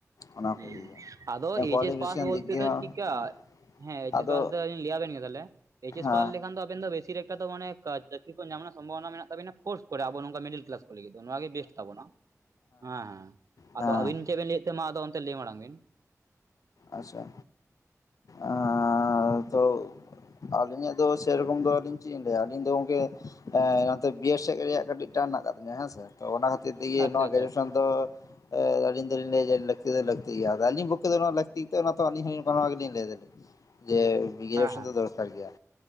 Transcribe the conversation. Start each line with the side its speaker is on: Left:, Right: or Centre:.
Left: ᱚᱱᱟ ᱠᱚ
Right: ᱦᱩᱸ
Left: ᱤᱫᱤ
Right: ᱟᱫᱚ ᱮᱭᱪ
Left: ᱠᱚᱣᱟᱞᱤᱯᱷᱤᱠᱮᱥᱚᱱ
Right: ᱮᱥ ᱯᱟᱥ ᱵᱚᱞᱛᱮ
Left: ᱫᱤᱠ ᱫᱤᱭᱮ ᱦᱚᱸ
Right: ᱪᱤᱫᱠᱟ ᱦᱮᱸ ᱮᱭᱪ
Left: ᱟᱫᱚ
Right: ᱮᱥ ᱯᱟᱥ ᱫᱚ ᱞᱤᱭᱟ ᱵᱮᱱ ᱜᱮᱫᱚᱞᱮ ᱮᱭᱪᱮᱥ
Left: ᱦᱮᱸ
Right: ᱯᱟᱞ ᱞᱮᱠᱷᱟᱱ ᱫᱚ ᱟᱵᱮᱱ ᱫᱚ ᱵᱮᱥᱤ ᱨᱮᱠᱟ ᱫᱚ ᱢᱟᱱᱮ ᱪᱟᱹᱠᱨᱤ ᱠᱚ ᱧᱟᱢ ᱨᱮᱱᱟᱜ ᱥᱚᱢᱵᱷᱚᱵᱚᱱᱟ ᱢᱮᱱᱟᱜ ᱛᱟᱵᱤᱱᱟ ᱠᱳᱥ ᱠᱚᱨᱟᱣ ᱟᱵᱚ ᱱᱚᱝᱠᱟ ᱢᱤᱰᱤᱞ ᱠᱞᱟᱥ ᱠᱩᱞᱤ ᱜᱮ ᱫᱚ ᱱᱚᱣᱟᱜ ᱜᱮ ᱵᱮᱥᱴ ᱛᱟᱵᱚᱱᱟ ᱦᱮᱸ ᱦᱮᱸ
Left: ᱦᱮᱸ
Right: ᱟᱫᱚ ᱟᱵᱤᱱ ᱪᱮᱫ ᱵᱮᱱ ᱞᱟᱹᱭᱮᱫ ᱛᱟ ᱟᱫᱚ ᱞᱟᱹᱭ ᱢᱟᱲᱟᱝ ᱵᱤᱱ
Left: ᱟᱪᱪᱷᱟ ᱟᱨ ᱫᱚ ᱟᱞᱤᱧᱟᱜ ᱫᱚ ᱥᱮᱨᱚᱠᱚᱢ ᱫᱚ ᱟᱹᱞᱤᱧ ᱪᱮᱫ ᱤᱧ ᱞᱟᱹᱭᱟ ᱟᱞᱤᱧ ᱫᱚ ᱜᱚᱝᱠᱮ ᱱᱟᱛᱮ ᱵᱤᱭᱮᱥ ᱥᱮᱜ ᱨᱮᱭᱟᱜ ᱠᱟᱹᱴᱤᱡ ᱪᱟ ᱨᱮᱱᱟᱜ ᱠᱟᱛᱷᱟᱭᱟ ᱦᱮᱸᱥᱮ ᱛᱚ ᱚᱱᱟ ᱠᱷᱟᱛᱤᱨ ᱛᱮᱜᱮ
Right: ᱟᱪᱪᱷᱟ
Left: ᱱᱚᱣᱟ
Right: ᱟᱪᱪᱷᱟ
Left: ᱜᱨᱮᱡᱩᱭᱮᱥᱟᱱ ᱛᱚ ᱟᱹᱞᱤᱧ ᱫᱚᱞᱤᱧ ᱞᱟᱹᱭᱟ ᱡᱮ ᱞᱟᱹᱠᱛᱤ ᱫᱚ ᱞᱟᱹᱠᱛᱤ ᱜᱮᱭᱟ ᱟᱫᱚ ᱟᱹᱞᱤᱧ ᱵᱚᱠᱠᱷᱮ ᱫᱚ ᱞᱟᱠ ᱛᱤ ᱛᱚ ᱱᱟ ᱛᱚ ᱟᱹᱞᱤᱧ ᱦᱚᱸᱱᱤᱭᱟᱹ ᱠᱚᱨᱟᱣ ᱜᱮᱞᱤᱧ ᱞᱟᱹᱭ ᱫᱟ ᱡᱮ ᱜᱤᱨᱤᱭᱮᱥᱚᱱ
Right: ᱦᱮᱸ ᱦᱮᱸ
Left: ᱫᱚ ᱫᱚᱨᱠᱟᱨ ᱜᱮᱭᱟ